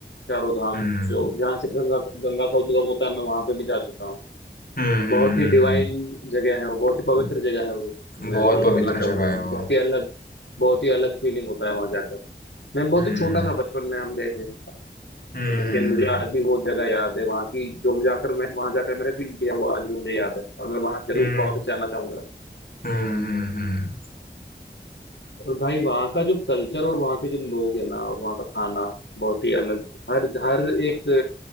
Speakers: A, on the left; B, on the left.
A: चारों धाम
B: हम्म
A: जो जहाँ से गंगा गंगा का उद्गम होता है मैं वहां पे भी जा चुका हूँ
B: हम्म
A: बहुत
B: हम्म
A: ही डिवाइन
B: हम्म,
A: जगह है वो बहुत ही पवित्र
B: हम्म।
A: जगह है वो मैं
B: बहुत
A: ये
B: पवित्र
A: बोलना चाहूंगा
B: जगह है वो
A: बहुत ही अलग बहुत ही अलग फीलिंग होता है वहां जाकर मैं बहुत
B: हम्म
A: ही छोटा था बचपन में हम गए थे
B: हम्म
A: लेकिन मुझे
B: हम्म
A: आज भी वो जगह याद है वहाँ की जो मुझे आकर मैं वहां जाकर मैंने फील किया वो आज भी मुझे याद है और मैं वहां जरूर
B: हम्म
A: वापस जाना चाहूंगा
B: हम्म, हम्म। हम्म।
A: और भाई वहाँ का जो कल्चर और वहाँ के जो लोग हैं ना और वहाँ का खाना बहुत ही अलग हर हर एक